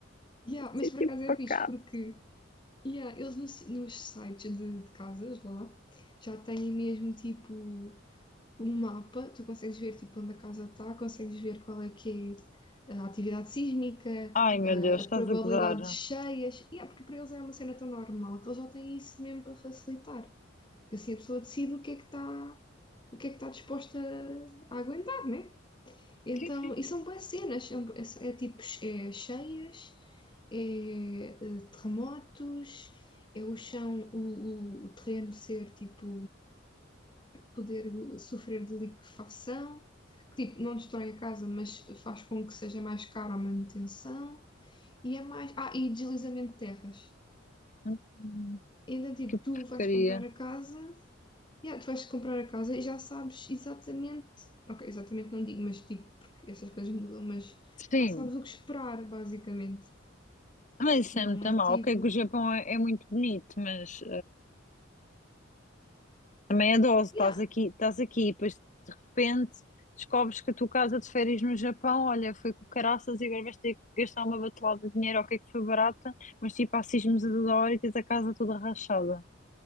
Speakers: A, on the left; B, on the left.
A: Yeah,
B: sítio
A: mas por acaso
B: pacato.
A: é fixe, porque yeah, eles no si- nos sites de de casas lá já têm mesmo tipo um mapa, tu consegues ver tipo onde a casa está, consegues ver qual é que é a atividade sísmica,
B: Ai, meu
A: a
B: Deus, estás
A: a probabilidade
B: a gozar.
A: de cheias, e é porque para eles é uma cena tão normal que eles já têm isso mesmo para facilitar, que assim a pessoa decide o que é que está, o que é que está disposta a aguentar, né? Então,
B: Sim, sim.
A: e são boas cenas, são- é, é tipo é cheias, é, eh, terremotos, é o chão, o, o o terreno ser tipo poder eh, sofrer de liquefação, que tipo, não destrói a casa, mas faz com que seja mais caro a manutenção. E é mais. Ah, e deslizamento de terras.
B: Hum,
A: Ainda tipo,
B: que porcaria.
A: tu vais comprar a casa, yeah, tu vais comprar a casa e já sabes exatamente. Ok, exatamente não digo, mas tipo, porque essas coisas mudam, mas
B: Sim,
A: já sabes o que esperar, basicamente.
B: mas isso
A: Não
B: é muito
A: é
B: mal.
A: tipo.
B: Ok, que o Japão é, é muito bonito, mas Também é dose, estás
A: Yeah,
B: aqui, estás aqui, e depois de repente descobres que a tua casa de férias no Japão, olha, foi com caraças e agora vais ter que gastar uma batelada de dinheiro, ok, que foi barata, mas tipo, há sismos a toda hora e tens a casa toda rachada.